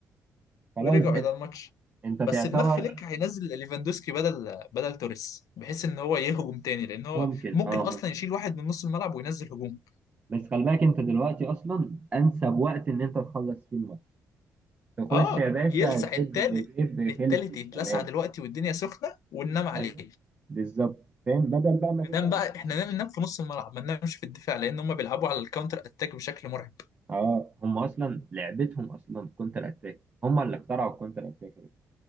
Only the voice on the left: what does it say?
ورجعوا
الى الماتش
بس دماغ فليك هينزل ليفاندوسكي بدل بدل توريس بحيث ان هو يهجم تاني لان هو
ممكن
اصلا
يشيل واحد من نص الملعب وينزل هجوم
اه
يلسع
التالت
التالت
يتلسع دلوقتي والدنيا سخنه وننام عليه
ننام
بقى احنا ننام ننام في نص الملعب ما ننامش في الدفاع لان هم بيلعبوا على الكاونتر اتاك بشكل مرعب